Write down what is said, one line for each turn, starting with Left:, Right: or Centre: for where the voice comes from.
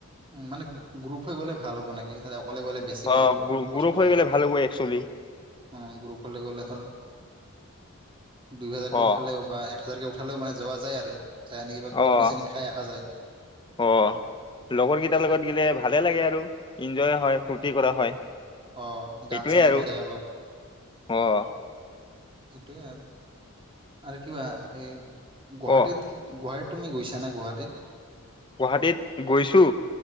Right: উম, মানে গ্ৰ -গ্ৰুপ হৈ গলে ভাল হব নেকি অকলে গলে বেছি
Left: অ
Right: খৰচ
Left: গ্ৰু- গ্ৰুপ
Right: পৰব
Left: হৈ গ'লে
Right: উম
Left: ভাল হ'ব একচুৱেলি।
Right: গ্ৰুপলৈ গলে ধৰ দুই হাজাৰকে
Left: অ',
Right: উঠালেও বা এক হাজাৰ কে উঠা ফালেও মানে যোৱা যায় আৰু। চাই হেনে কিবা
Left: অ',
Right: পিকনিক চিকনিক খাই আহা যায়।
Left: অ', লগৰ কেইটাৰ
Right: সেইটোৱে।
Left: লগত গেলে ভালে লাগে আৰু ইনজয় হয় ফূৰ্তি কৰা হয় সেইটোৱে
Right: অ গান চান
Left: আৰু
Right: বজাই
Left: অহ।
Right: সিটোৱে আৰু -আৰু কিবা এই গুৱাহাটীত
Left: অ',
Right: কি গুৱাহা তুমি গৈছা না গুৱাহাটীত?
Left: গুৱাহাটীত গৈছো।